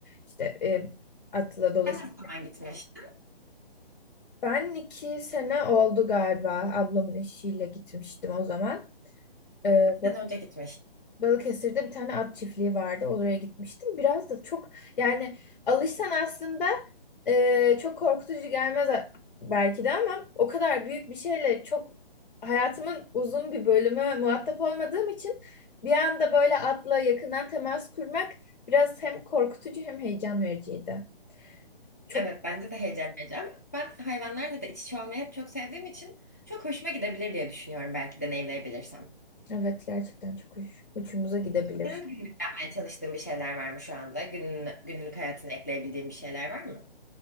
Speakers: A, on the left; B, on the left.
A: işte e, atla dolaşıp.
B: Sen ne zaman gitmiştin?
A: Ben iki sene oldu galiba ablamın eşiyle gitmiştim o zaman. Ee,
B: Sen önce gitmiş.
A: Balıkesir'de bir tane at çiftliği vardı. Oraya gitmiştim. Biraz da çok yani alışsan aslında e, çok korkutucu gelmez a- belki de ama o kadar büyük bir şeyle çok hayatımın uzun bir bölümü muhatap olmadığım için bir anda böyle atla yakından temas kurmak biraz hem korkutucu hem heyecan vericiydi. Çok
B: Evet bence de heyecan verici ama ben hayvanlarla da iç içe olmayı hep çok sevdiğim için çok hoşuma gidebilir diye düşünüyorum belki deneyimleyebilirsem.
A: evet gerçekten çok uç- uçumuza gidebilir.
B: Senin günlük yapmaya çalıştığın bir şeyler var mı şu anda? Günün, günlük hayatına ekleyebildiğin bir şeyler var mı?